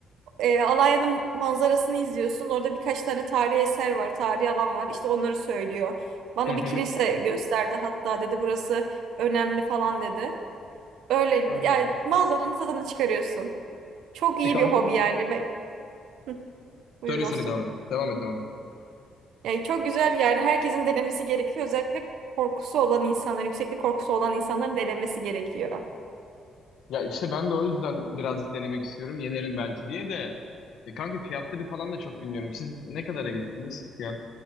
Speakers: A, on the right; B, on the left.
A: e, Alanya'nın manzarasını izliyorsun. Orada birkaç tane tarihi eser var, tarihi alan var. İşte onları söylüyor. Bana
B: Hı hı.
A: bir kilise gösterdi hatta dedi burası önemli falan dedi. Öyle
B: Hmm.
A: yani manzaranın tadını çıkarıyorsun. Çok
B: E
A: iyi
B: kanka
A: bir hobi yani. Be- Hı, Buyur
B: söyle
A: dostum.
B: söyle devam et. Devam et devam et.
A: Yani çok güzel yani herkesin denemesi gerekiyor. Özellikle korkusu olan insanların, yükseklik korkusu olan insanların denemesi gerekiyor.
B: Ya işte ben de o yüzden birazcık denemek istiyorum. Yenerim belki diye de. E kanka fiyatları falan da çok bilmiyorum. Siz ne kadara gittiniz fiyat?